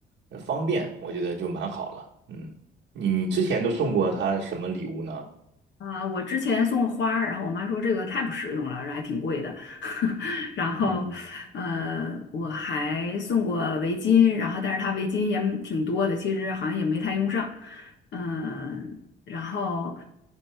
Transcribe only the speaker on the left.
啊，我之前送过花儿，然后我妈说这个太不实用了，这还挺贵的。<laughs> 然后，
呃，我还送过围巾，然后但是它围巾也挺多的，其实好像也没太用上。嗯、然后